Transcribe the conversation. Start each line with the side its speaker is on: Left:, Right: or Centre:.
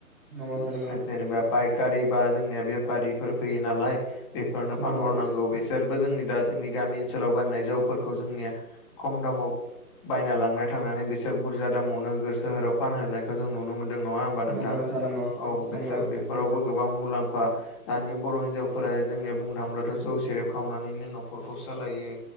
Centre: नंगौ नोंथां नंगौ
Left: जेनेबा फायखारि बा जोंनि बेफारि फैयो नालाय बेफोरनो
Centre: नंगौ
Left: फानहरनांगौ बिसोरबो जोंनि दा जोंनि गामि ओनसोलाव बानायनाय जौफोरखौ जोंनिया खम दामाव बायना लांनाय थांनानै बिसोर बुरजा दामाव नोगोर सोहोराव फानहोनायनायखौ जों नुनो मोन दों नङा होमबा नोंथां
Centre: नंगौ नंगौ
Left: औ
Centre: नंगौ
Left: बेसोर बेफोरावबो गोबां मुलाम्फा दानिया बर' हिन्जावफोरा जोंनिया बुंनो थाङोब्लाथ' जौ सेरेब खावनानैनो न'खरखौ सालायो।